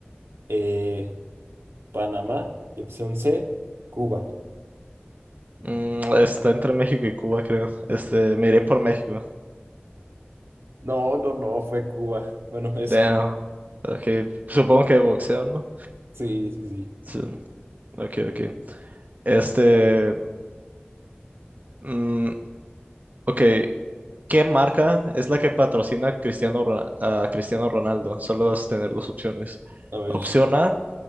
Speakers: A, on the right; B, on the right.
A: eh, Panamá. Y opción C, Cuba.
B: Mm, está entre México y Cuba, creo. Este, me iré por México.
A: No, no, no, fue Cuba. <laughs> Bueno, es...
B: Damn.
A: Cu-
B: ok. supongo que de boxeo, ¿no?
A: Sí, sí, sí.
B: Sí. Ok, ok. Este, mm, ok, ¿qué marca es la que patrocina Cristiano Rona- a Cristiano Ronaldo? Solo vas a tener dos opciones.
A: A ver.
B: Opción A,